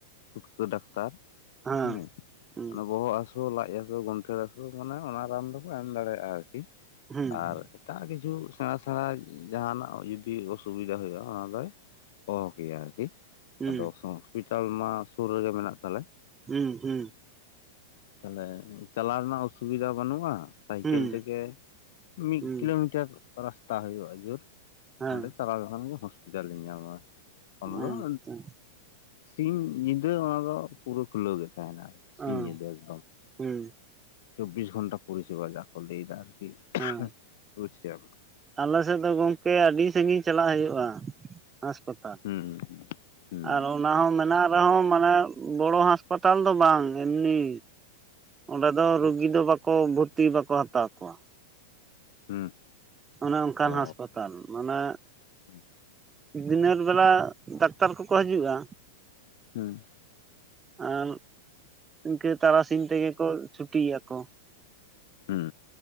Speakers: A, on the left; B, on the right.
A: ᱴᱩᱴᱠᱟᱹ ᱰᱟᱠᱛᱟᱨ᱾
B: ᱦᱮᱸ
A: ᱦᱮ, ᱸ <unintelligible>
B: ᱦᱩᱸ
A: ᱚᱱᱮ ᱵᱚᱦᱚᱜ ᱦᱟᱹ ᱥᱩ ᱞᱟᱡ ᱦᱟᱹᱥᱩ ᱜᱚᱱᱴᱷᱮ ᱦᱟᱹᱥᱩ ᱢᱟᱱᱮ ᱚᱱᱟ ᱨᱟᱱ ᱫᱚᱠᱚ ᱮᱢ ᱫᱟᱲᱮᱭᱟᱜᱼᱟ ᱟᱨᱠᱤ
B: ᱦᱩᱸ
A: ᱟᱨᱼᱼ ᱮᱴᱟᱜ ᱠᱤᱪᱷᱩ ᱥᱮᱬᱟ ᱥᱮᱬᱟ ᱡᱟᱦᱟᱱᱟᱜ ᱡᱩᱫᱤ ᱚᱥᱩᱵᱤᱫᱟ ᱦᱩᱭᱩᱜᱼᱟ᱾ ᱚᱱᱟ ᱫᱚᱭ ᱚᱦᱚ ᱠᱮᱭᱟ ᱟᱨᱠᱤ
B: ᱦᱩᱸ
A: ᱟᱫᱚ ᱦᱚᱸᱥᱯᱤᱴᱟᱞ ᱢᱟ ᱥᱩᱨ ᱨᱮᱜᱮ ᱢᱮᱱᱟᱜ ᱛᱟᱞᱮ᱾
B: ᱦᱩᱸ ᱦᱩᱸ᱾
A: ᱛᱟᱦᱞᱮ ᱪᱟᱞᱟᱣ ᱨᱮᱱᱟᱜ ᱚᱥᱩᱵᱤᱫᱷᱟ ᱵᱟᱹᱱᱩᱜᱼᱟ ᱥᱟᱭᱠᱮᱞ
B: ᱦᱩᱸ ᱦᱩᱸ
A: ᱛᱮᱜᱮ ᱢᱤᱫ
B: ᱦᱩᱸ
A: ᱠᱤᱞᱳᱢᱤᱴᱟᱨ ᱨᱟᱥᱛᱟ ᱦᱩᱭᱩᱜᱼᱟ ᱡᱩᱨ
B: ᱦᱮᱸ
A: ᱚᱸᱰᱮ ᱪᱟᱞᱟᱣ ᱞᱮᱠᱷᱟᱱ ᱜᱮ ᱦᱳᱥ -ᱯᱤᱴᱟᱞ ᱵᱤᱱ ᱧᱟᱢᱟ ᱚᱱᱟ ᱫᱚᱼ-
B: ᱟᱪᱪᱷᱟ
A: ᱥᱤᱧ ᱧᱤᱫᱟᱹ ᱚᱱᱟ ᱫᱚ ᱯᱩᱨᱟᱹ ᱠᱷᱩᱞᱟᱹᱣ ᱜᱮ ᱛᱟᱦᱮᱱᱟ ᱥᱤᱧ
B: ᱚᱸ
A: ᱧᱤᱫᱟᱹ ᱜᱮ᱾
B: ᱦᱩᱸ᱾
A: ᱪᱚᱵᱽᱵᱤᱥ ᱜᱚᱱᱴᱟ ᱯᱚᱨᱤᱥᱮᱵᱟ ᱡᱟᱦᱟ ᱠᱚ ᱞᱟᱹᱭ ᱮᱫᱟ ᱟᱨᱠᱤ
B: ᱦᱮᱸ
A: ᱵᱩᱡᱠᱮᱫᱟᱵᱤᱱ?
B: ᱟᱞᱮ ᱥᱮᱫ ᱫᱚ ᱜᱚᱝᱠᱮ ᱟᱹᱰᱤ ᱥᱟᱜᱤᱧ ᱪᱟᱞᱟᱜ ᱦᱩᱭᱩᱜ-ᱟ ᱦᱟᱸᱥᱯᱟᱛᱟᱞ᱾
A: ᱦᱩᱸ ᱦᱩᱸ
B: ᱟᱨ ᱚᱱᱟ ᱦᱚᱸ ᱢᱮᱱᱟᱜ ᱨᱮᱦᱚᱸ ᱢᱟᱱᱮ ᱵᱚᱲᱚ ᱦᱟᱸᱥᱯᱟᱛᱟᱞ ᱫᱚ ᱵᱟᱝ ᱮᱢᱱᱤ ᱚᱸᱰᱮ ᱫᱚ ᱨᱳᱜᱤ
A: ᱟᱪᱪᱷᱟ
B: ᱫᱚ ᱵᱟᱠᱚ ᱵᱷᱩᱨᱛᱤ ᱵᱟᱠᱚ ᱦᱟᱛᱟᱣ ᱠᱚᱣᱟ᱾
A: ᱦᱩᱸ᱾
B: ᱚᱱᱮ ᱚᱱᱠᱟᱱ
A: ᱚ
B: ᱦᱟᱸᱥᱯᱟᱛᱟᱞ ᱢᱟᱱᱮ
A: ᱦᱩᱸ
B: ᱫᱤᱱᱮᱹᱨ ᱵᱮᱞᱟ ᱰᱟᱠᱛᱟᱨ ᱠᱚᱠᱚ ᱦᱤᱡᱩᱜ-ᱟ᱾
A: ᱦᱩᱸ᱾
B: ᱟᱨ ᱤᱱᱠᱟᱹ ᱛᱟᱨᱟᱥᱤᱧ ᱛᱮᱜᱮ ᱠᱚ ᱪᱷᱩᱴᱤᱭᱟᱠᱚ᱾
A: ᱦᱩᱸ